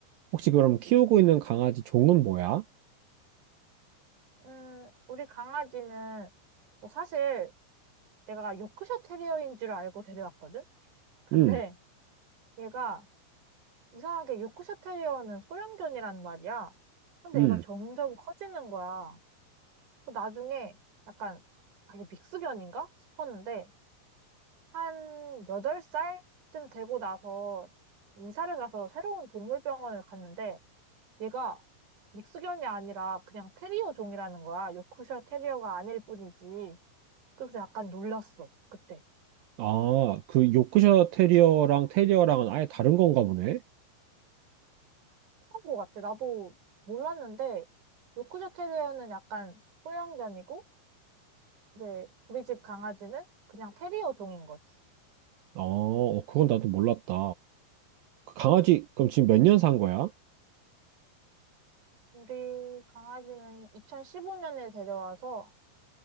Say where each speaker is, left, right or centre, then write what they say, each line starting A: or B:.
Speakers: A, on the right; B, on the right.
A: 혹시 그럼 키우고 있는 강아지 종은 뭐야?
B: 음, 우리 강아지는 뭐 사실 내가 요크셔 테리어인 줄 알고 데려왔거든? 근데
A: 응,
B: 얘가 이상하게 요크셔 테리어는 소형견이란 말이야. 근데
A: 응.
B: 얘가 점점 커지는 거야. 그 나중에 약간 아예 믹스견인가 싶었는데 한 8살쯤 되고 나서 이사를 가서 새로운 동물병원을 갔는데 얘가 믹스견이 아니라 그냥 테리어 종이라는 거야. 요크셔 테리어가 아닐 뿐이지. 그래서 약간 놀랐어, 그때.
A: 아, 그 요크셔 테리어랑 테리어랑은 아예 다른 건가 보네?
B: 그런 거 같아. 나도 몰랐는데, 요크셔 테리어는 약간 소형견이고, 이제 우리 집 강아지는 그냥 테리어 종인 거지.
A: 아 어, 그건 나도 몰랐다. 그 강아지, 그럼 지금 몇 년 산 거야?
B: 우리 강아지는 2015년에 데려와서